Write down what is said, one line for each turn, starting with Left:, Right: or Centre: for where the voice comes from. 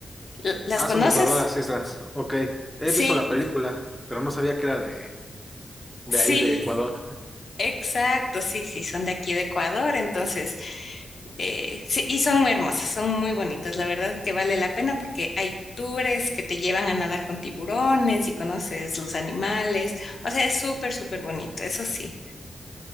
Left: ¿L- ¿Las
Centre: Ah,
Left: conoces?
Centre: son de Ecuador las islas. Ok. He
Left: Sí,
Centre: visto la película, pero no sabía que era de, de
Left: sí.
Centre: ahí, de Ecuador.
Left: Exacto, sí, sí, son de aquí de Ecuador, entonces, eh, sí, y son muy hermosos, son muy bonitos, la verdad que vale la pena porque hay tours que te llevan a nadar con tiburones y conoces los animales, o sea, es súper, súper bonito, eso sí.